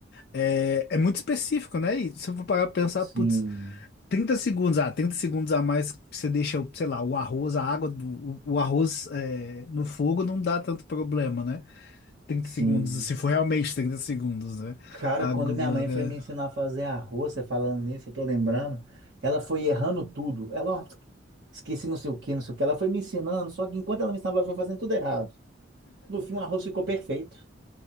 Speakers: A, on the left; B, on the right.
A: é, é muito específico, né? E se eu for parar pra pensar,
B: Sim,
A: putz, 30 segundos, ah, 30 segundos a mais que você deixa, sei lá, o arroz, a água do o, o arroz é, no fogo não dá tanto problema, né? trinta
B: sim.
A: segundos, se for realmente 30 segundos, né?
B: Cara,
A: Agora.
B: quando minha mãe foi me ensinar a fazer arroz, você falando nisso, eu tô lembrando, ela foi errando tudo. Ela, ó, esqueci não sei o que, não sei o que. Ela foi me ensinando, só que enquanto ela me ensinava, ela foi fazendo tudo errado. No fim, o arroz ficou perfeito.